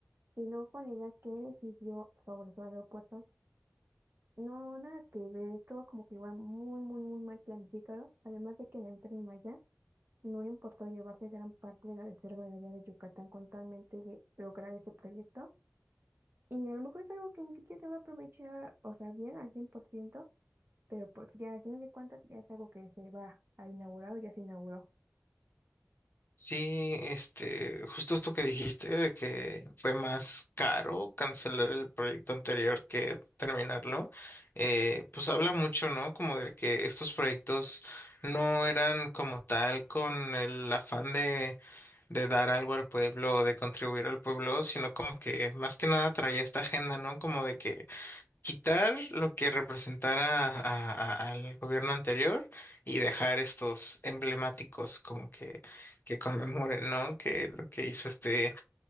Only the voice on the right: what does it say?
Y luego con la idea que él decidió sobre su aeropuerto No, nada que ver, todo como que igual muy, muy, muy mal planificado. Además de que en el tren Maya no le importó llevarse gran parte de la reserva de área de Yucatán con talmente de lograr ese proyecto. Y a lo mejor es algo que ni siquiera se va a aprovechar, o sea, bien al cien por ciento pero pues ya al final de cuentas ya es algo que se va a inaugurar o ya se inauguró.